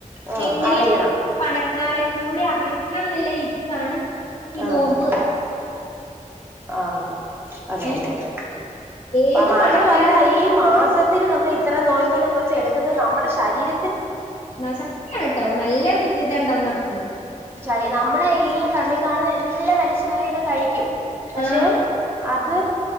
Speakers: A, on the right (about 15°); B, on the left (about 40°).
A: ആഹ്
B: എങ്ങനെയ
A: അറിയണം
B: പണക്കാരനോട് അറി യ്യുന്നില്ല ഇതാണ് ഈ
A: ആഹ്
B: നോമ്പ്
A: ആഹ് ആഹ് അതെ
B: ഏഹ്
A: അതെ അതെ
B: ഏത്
A: മാത്രവല്ല
B: പണക്കാരൻ
A: ഈ മാസത്തിൽ നമ്മള് ഇത്ര നോയ്മ്പന്ന് വെ ച്ചെടുക്കുന്നത് നമ്മടെ ശരീര
B: ന ശക്തി ആണ് ട്ടോ നല്ല വി ഇതണ്ടാവും നമുക്ക്
A: ച്ചാലേ നമ്മളെ ഈ കണ്ണി കാണുന്ന എല്ലാം വലിച്ചു വാരിയങ്ങ് കഴിക്കും പഷേ
B: ആഹ്
A: അത്